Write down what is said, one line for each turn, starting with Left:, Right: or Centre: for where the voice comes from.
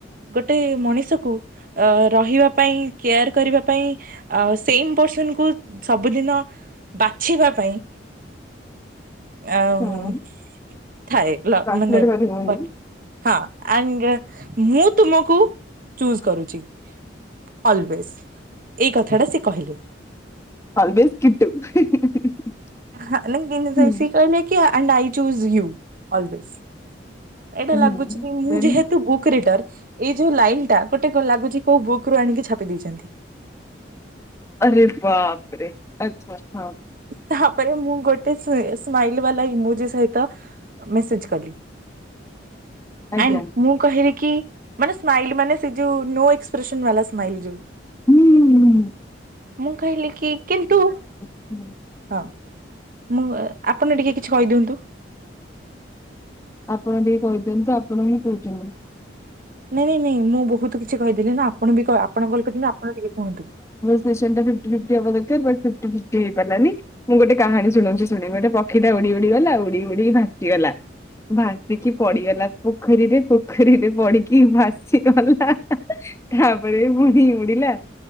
Right: ଗୋଟେ ମଣିଷକୁ ଅ ରହିବା ପାଇଁ କେୟାର କରିବା ପାଇଁ ଆ ସେମ୍ ପର୍ସନ୍ କୁ ସବୁଦିନ ବାଛିବା ପାଇଁ ଆ
Left: ହୁଁ
Right: ମ୍ ଥାଏ ଲ
Left: ଟ୍ରାନ୍ସଲେଟ
Right: ମାନେ
Left: କରିହବନି
Right: ବଟ୍ ହଁ ଆଣ୍ଡେ ମୁଁ ତୁମକୁ ଚୁଜ୍ କରୁଚି। ଅଲ୍ୱେସ୍ ଏଇ କଥାଟା ସେକହିଲେ।
Left: ଅଲ୍ୱେସ୍ କିଟୁ।
Right: <unintelligible>
Left: ହୁଁ
Right: ସେ କହିଲେ କି ଅନ୍ଆଈ ଚୁଯ୍ ୟୁ ଅଲ୍ଲୱେସ୍। ଏଇଟା
Left: ହୁଁ
Right: ଲାଗୁଚିକି ମୁଁ
Left: ଦେନ୍
Right: ଯେହେତୁ ବୁକ୍ ରିଡର୍। ଏଇ ଯୋଉ ଲାଇନ୍ ଟା ଗୋଟେ କୁ ଲାଗୁଚି କୋଉ ବୁକ୍ ରୁ ଆଣିକି ଛାପି ଦେଇଚନ୍ତି।
Left: ଆରେ ବାପ୍ରେ <unintelligible>
Right: ତାପରେ ମୁଁ ଗୋଟେ ସେ ସ୍ମାଇଲ ବାଲା ଇମୋଜ ସହିତ ମେସେଜ୍ କଲି।
Left: ଆଜ୍ଞା
Right: ଆଣ୍ଡ୍ ମୁଁ କହିଲିକି ମାନେ ସ୍ମାଇଲ୍ ମାନେ ସେ ଯୋଉ ନୋ ଏକ୍ସପ୍ରେସନ ବାଲା ସ୍ମାଇଲ୍ ଯୋଉ।
Left: ହୁଁ
Right: ମୁଁ କହିଲିକି କିନ୍ତୁ।
Left: ହୁଁ।
Right: <inaudible> ମୁଁ ଏ ଆପନ ଟିକେ କିଛି କହିଦିଅନ୍ତୁ।
Left: ଆପଣ ଟିକେ କହିଦିଅନ୍ତୁ ଆପଣ ହଁ କହୁଚନ୍ତି।
Right: ନାଇଁ ନାଇଁ ନାଇଁ ମୁଁ ବହୁତ୍ କିଛି କହିଦେଲିନା ଆପଣବି ଆପଣ କଲ୍ କରିଚନ୍ତି ଆପଣ ଟିକେ କୁହନ୍ତୁ।
Left: ରିସେଣ୍ଡା ଫିପ୍ଟି ଫିପ୍ଟି ହବାକଥ ବଟ୍ ହେଇପାରିଲାନି। ମୁଁ ଗୋଟେ କାହାଣୀ ଶୁଣଉଛି ଶୁଣି ଗୋଟେ ପକ୍ଷୀଟା ଉଡ଼ି ଉଡ଼ି ଗଲା ଉଡ଼ି ଉଡ଼ି ଭାସିଗଲା ଭା ରିଖି ପଡ଼ିଗଲା ପୋଖରୀରେ ପୋଖରୀରେ ପଡ଼ିଚି ଭସିଗଲା ତା ପରେ <unintelligible> ଉଡ଼ିଲା